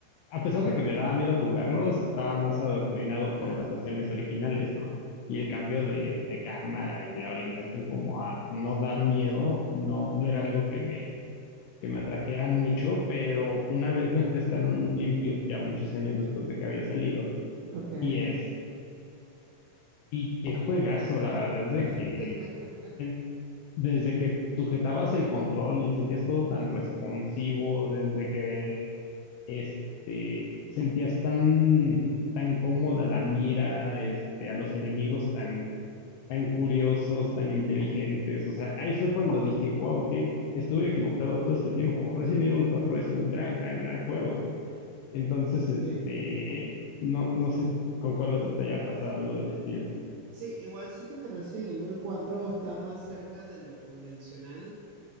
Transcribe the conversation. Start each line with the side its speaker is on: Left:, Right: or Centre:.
Left: a pesar de que me daba miedo jugarlos, estaba más adoctrinado
Right: Claro.
Left: por las versiones originales, ¿no? Y el cambio de, de cámara y la orientación como a no dar miedo, no, no era algo que me, que me atrajera mucho, pero una vez me prestaron un GameCube, ya muchos años después de que había salido,
Right: ok.
Left: y es y qué juegazo, la verdad es de que
Right: <laughs>
Left: en- desde que sujetabas el control y sentías todo tan responsivo, desde que este, sentías tan, tan cómoda la mira, este, a los enemigos tan, tan curiosos, tan inteligentes, o sea, ahí fue cuando dije, wow, que estuve equivocado todo este tiempo. Resident Evil cuatro es un gran, gran, gran juego. Entonces, este,
Right: Sí.
Left: no, no sé con cuál otro te haya pasado algo del estilo.
Right: Sí, igual siento que Resident Evil 4 está más cerca de lo convencional